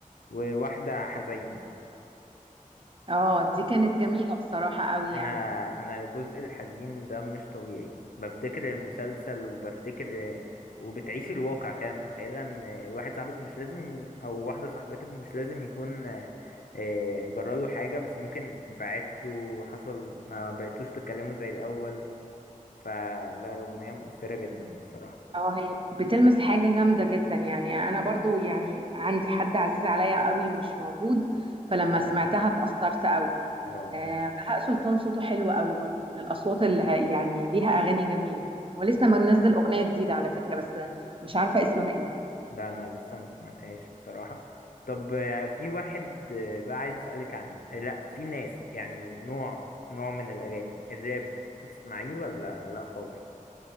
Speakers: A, on the left; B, on the right.
A: وواحده حزيني
B: اه دي كانت جميلة بصراحة قوي
A: انا
B: يعني
A: انا الجزء الحزين ده مش طبيعي بفتكر المسلسل وبفتكر وبتعيش الواقع كده متخيله ان واحد صاحبك مش لازم او واحده صاحبتك مش لازم يكون آه، جراله حاجه بس ممكن بعدتوا حصل ما بقيتوش تتكلموا زي الاول فلا الاغنيه مؤثره جدا الصراحه
B: اه هي بتلمس حاجة جامدة جدا يعني أنا برضو يعني عندي حد عزيز عليا قوي مش موجود فلما سمعتها
A: اه
B: اتأثرت قوي
A: اه
B: آه، بهاء سلطان صوته حلو قوي برضو من الأصوات اللي ه- يعني ليها أغاني جميلة ولسه
A: طب
B: منزل أغنية جديدة على فكرة بس مش عارفة اسمها ايه
A: لا انا لسه ما سمعتهاش بصراحة طب آه، في واحد آه، بقى عايز اسألك عن آه، لا في ناس يعني نوع نوع من الاغاني الراب بتسمعيه ولا لا خالص